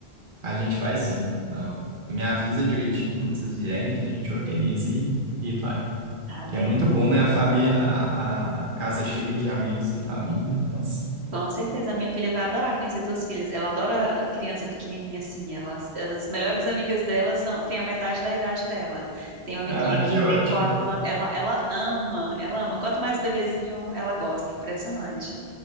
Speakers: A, on the right; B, on the right.
A: A gente vai sim. Não. Me avisa direitinho quando vocês vierem que a gente organize e e vai.
B: Tá
A: Que
B: bem.
A: é muito bom, né? A família, a, a- a casa cheia de amigos e família. Nossa.
B: Com certeza, a minha filha vai adorar conhecer tuas filhas. Ela adora criança pequenininha assim. Elas, as melhores amigas dela são, tem a metade da idade dela. Tem uma amiguinha
A: Ah,
B: aqui
A: que
B: que
A: ótimo.
B: tem quatro anos. Ela, ela ama, ela ama. Quanto mais bebezinho, ela gosta. Impressionante.